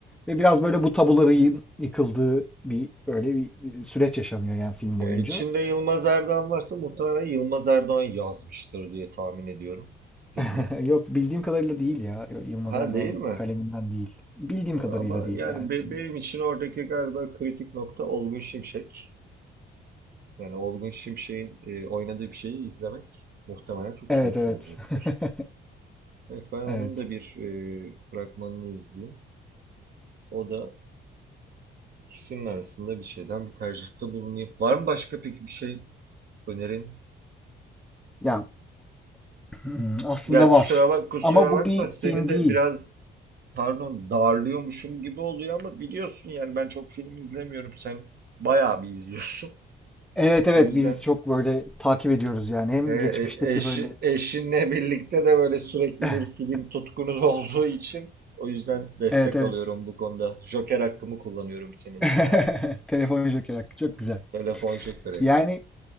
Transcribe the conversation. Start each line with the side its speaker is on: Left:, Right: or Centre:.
Centre: Ve biraz böyle bu tabuların yıkıldığı bir böyle bir e, süreç yaşanıyor yani film
Right: Ya
Centre: boyunca.
Right: içinde Yılmaz Erdoğan varsa muhtemelen Yılmaz Erdoğan yazmıştır diye tahmin ediyorum filmi.
Centre: <laughs> Yok bildiğim kadarıyla değil ya. Yok, Yılmaz
Right: Ha
Centre: Erdoğan
Right: değil mi?
Centre: kaleminden değil. Bildiğim
Right: Ama
Centre: kadarıyla değil
Right: yani
Centre: yani
Right: be-
Centre: şimdi.
Right: benim için oradaki galiba kritik nokta Olgun Şimşek. Yani Olgun Şimşek'in e, oynadığı bir şeyi izlemek muhtemelen çok
Centre: Evet
Right: keyifli
Centre: evet.
Right: olacaktır.
Centre: <laughs>
Right: Evet ben onun
Centre: Evet.
Right: da bir e, fragmanını izleyeyim. O da ikisinin arasında bir şeyden bir tercihte bulunayım. Var mı başka peki bir şey önerin?
Centre: Ya <clears throat> hmm, aslında
Right: Ya
Centre: var.
Right: kusura bak kusura
Centre: Ama bu
Right: bakma
Centre: bir
Right: seni
Centre: film
Right: de
Centre: değil.
Right: biraz pardon darlıyormuşum gibi oluyor ama biliyorsun yani ben çok film izlemiyorum. Sen bayağı bir izliyorsun. <laughs>
Centre: Evet evet
Right: O yüzden.
Centre: biz çok böyle takip ediyoruz yani. Hem
Right: E, e-
Centre: geçmişteki
Right: eşi,
Centre: böyle
Right: eşinle birlikte de böyle sürekli
Centre: <laughs>
Right: bir film tutkunuz olduğu için o yüzden destek
Centre: Evet evet.
Right: alıyorum bu konuda. Joker hakkımı kullanıyorum seninle
Centre: <laughs>
Right: ya.
Centre: Telefon Joker hakkı çok güzel.
Right: Telefon şekeri hakkı.
Centre: Yani